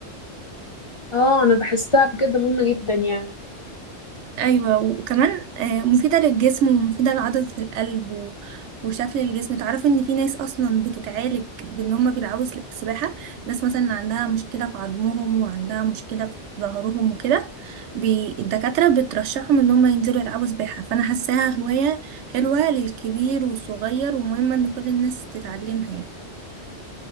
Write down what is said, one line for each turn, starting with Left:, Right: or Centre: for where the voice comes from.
Left: اه انا بحسها بجد مهمة جدا يعني
Right: ايوه وكمان آه، مفيده للجسم ومفيده لعضله القلب و- وشكل الجسم تعرف ان في ناس اصلا بتتعالج بان هم بيلعبوا سل- سباحه ناس مثلا عندها مشكله في عظمهم وعندها مشكله في ظهرهم وكده بي- الدكاتره بترشحهم ان هم ينزلوا يلعبوا سباحه فانا حاساها هوايه حلوه للكبير والصغير ومهمه ان كل الناس تتعلمها يعني